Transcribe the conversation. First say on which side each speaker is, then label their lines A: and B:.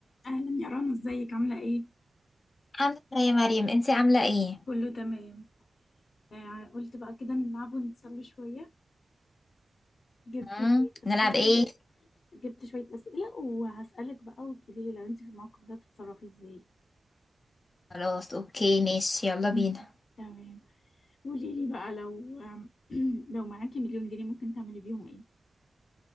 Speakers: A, on the left (about 75°); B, on the left (about 45°).
A: أهلا يا رنا ازيك عاملة ايه؟
B: الحمد لله يا مريم انتي عاملة ايه؟
A: كله تمام آه قلت بقى كده نلعب ونتسلى شوية جبت
B: مم.
A: شوية أسئلة
B: نلعب ايه؟
A: كده جبت شوية أسئلة وهسألك بقى وتقولي لي لو انت في الموقف ده تتصرفي ازاي
B: خلاص اوكي ماشي يلا
A: مم،
B: بينا
A: تمام قولي لي بقى لو آم، <clears throat> لو معاكي مليون جنيه ممكن تعملي بيهم ايه؟